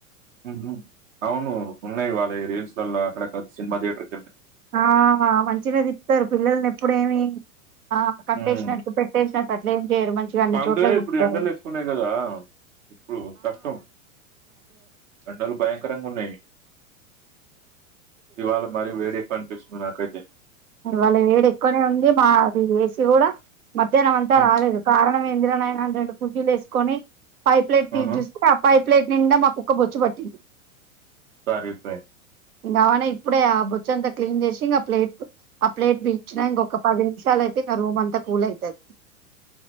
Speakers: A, on the right; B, on the right.
A: ఉహు అవును ఉన్నాయి వాళ్ళ రీల్స్లలో అక్కడ సినిమా థియేటర్
B: ఆ మంచినే తిప్తారు పిల్లల్ని ఎప్పుడేమి ఆ కట్టేసినట్టు
A: మ్మ్.
B: పెట్టేసినట్టు అట్లా ఏం చేయరు మంచిగా అన్ని
A: అంటే
B: చోట్ల చూపుతారు
A: ఇప్పుడు ఎండలు ఎక్కున్నాయి కదా ఇప్పుడు కష్టం ఎండలు భయంకరంగా ఉన్నాయి ఇవాళ మారి వేడి ఎక్కువ అనిపిస్తుంది నాకైతే
B: మరి ఇవాళ వేడి ఎక్కువనే ఉంది మాది ఏసి కూడా మధ్యాహ్నమంతా
A: మ్మ్.
B: రాలేదు కారణం ఏందిరా నాయన అంటండు కుర్చీలు వేసుకొని పైప్లైట్ తీసి
A: ఆహా.
B: చూస్తే ఆ పైప్లైట్ నిండా మా కుక్క బొచ్చి పట్టింది
A: సరిపోయింది
B: ఇంకా ఆమెనే ఇప్పుడే ఆ బుచ్చంతా క్లీన్ చేసి ఇంక ప్లేట్ ఆ ప్లేట్ తిచ్చిన ఇంకొక పది నిమిషాలైతే రూమ్ అంత కూల్ అయితది